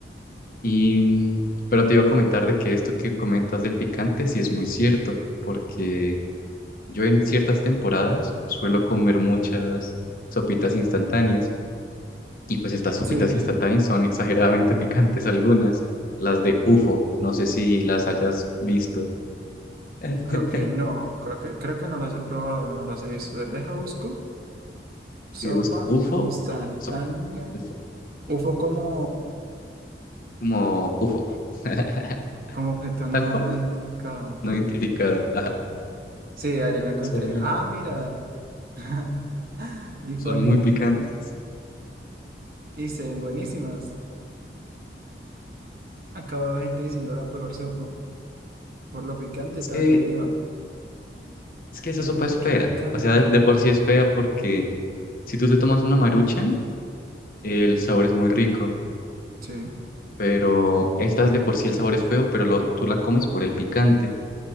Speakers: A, on the left; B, on the right.
A: Y, pero te iba a comentar de que esto que comentas del picante sí es muy cierto, porque yo en ciertas temporadas suelo comer muchas sopitas instantáneas. Y pues estas sopitas
B: Sí,
A: instantáneas son exageradamente <laughs> picantes algunas. Las de UFO, no sé si las hayas visto. <laughs>
B: creo que no. Creo que, creo que no las he probado, no las he visto. Deja busco.
A: Si
B: Sopa
A: buscas UFO,
B: instantánea.
A: so- UFO,
B: Ufo como,
A: como UFO. <laughs>
B: como objeto no
A: Tal cual,
B: identificado.
A: no identificado. Ajá.
B: Sí, ahí lo encontré.
A: Son,
B: Ah, mira. <laughs> Y
A: son
B: ponen...
A: muy picantes.
B: Y se ven buenísimas. Acabo de ver gente diciendo la peor sopa. Por lo picante,
A: Es
B: tal
A: que,
B: vez, ¿no?
A: es que esa
B: Veo
A: sopa
B: mucho
A: es fea.
B: picante.
A: O sea, de, de por sí es fea porque si tú te tomas una Maruchan, el sabor es muy rico.
B: Sí.
A: Pero estas de por sí el sabor es feo, pero lo- tú la comes por el picante.